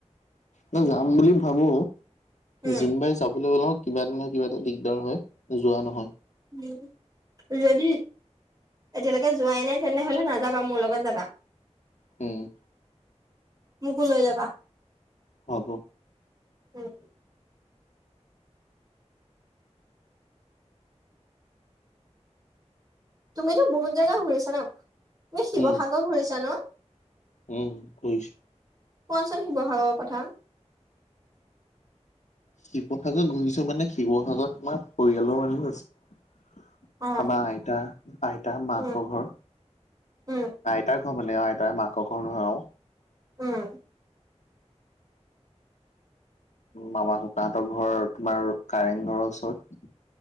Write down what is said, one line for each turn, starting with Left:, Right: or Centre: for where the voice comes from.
Left: মনে যাম বুলি ভাবো,
Right: উম,
Left: যোনবাৰে যাবলৈ ওলাওঁ কিবা এটা নহয় কিবা এটা দিগদাৰ হয়, যোৱা নহয়।
Right: উম, যদি। এতিয়ালেকে যোৱাই নাই তেনে হ'লে নাযাবা, মোৰ লগত যাবা।
Left: উম।
Right: মোকো লৈ যাবা।
Left: হ'ব।
Right: উম। তুমিতো বহুত জাগা ঘুৰিছা ন', তুমি শিৱসাগৰ
Left: উম
Right: ঘুৰিছা ন?
Left: উম, ঘুৰিছোঁ।
Right: কোৱাচোন শিৱসাগৰৰ কথা।
Left: শিৱসাগৰ ঘুৰিছো মানে, শিৱসাগৰত তোমাৰ পৰিয়ালৰ মানুহ আছে।
Right: অ',
Left: আমাৰ আইতা, আইতা মাকৰ
Right: উম,
Left: ঘৰ।
Right: উম,
Left: আইতাৰ ঘৰ মানে, আইতাৰ মাকৰ ঘৰ নহয় আৰু।
Right: উম।
Left: মামা, ককাহঁতৰ ঘৰ, তোমাৰ কাৰেং ঘৰৰ ওচৰত।